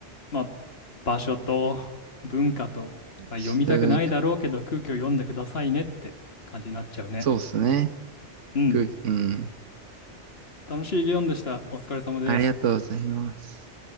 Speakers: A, on the left; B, on the right.
A: まあ場所と文化と、まあ、
B: ちょっと
A: 読みたくないだろうけど空気を読んでくださいねって感じになっちゃうね。
B: そうっすね。
A: うん。
B: く、うん。
A: 楽しい議論でした。お疲れ様です。
B: ありがとうございます。